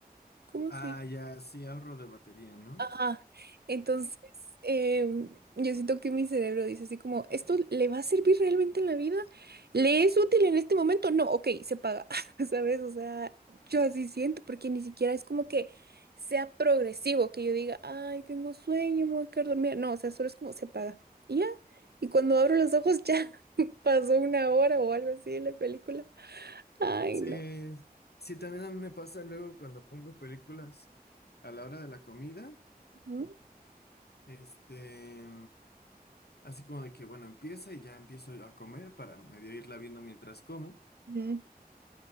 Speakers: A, on the right (about 80°); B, on the left (about 85°).
A: ¿Cómo
B: Ah,
A: se
B: ya, sí, ahorro de batería, ¿no?
A: Ah, entonces, em, yo siento que mi cerebro dice así como, ¿esto le va a servir realmente en la vida? ¿Le es útil en este momento? No, ok, se paga, <laughs> ¿sabes? O sea, yo así siento, porque ni siquiera es como que sea progresivo, que yo diga, ay, tengo sueño, me voy a quedar dormida. No, o sea, solo es como se paga. Y ya, y cuando abro los ojos ya <laughs> pasó una hora o algo así de la película. Ay,
B: Sí,
A: no.
B: sí, también a mí me pasa luego cuando pongo películas a la hora de la comida,
A: Ujú.
B: este, así como de que, bueno, empieza y ya empiezo a comer para medio irla viendo mientras como,
A: Ujú.